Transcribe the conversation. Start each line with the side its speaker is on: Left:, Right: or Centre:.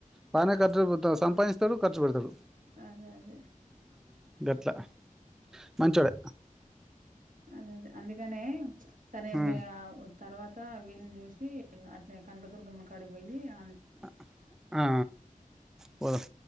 Centre: బాగానే ఖర్చు పోతాస్ సంపాయిస్తాడు ఖర్చు పెడతాడు
Right: అదే అదే
Centre: ఇహట్ల మంచోడే
Right: అదదే అందుకనే సరే
Centre: ఉమ్,
Right: మీ అవ్ తర్వాత వీళ్ళని చూసి అట్నే కనకదుర్గమ్మ కాడికిపొయ్యి ఆ
Centre: ఆ ఆ పోదాం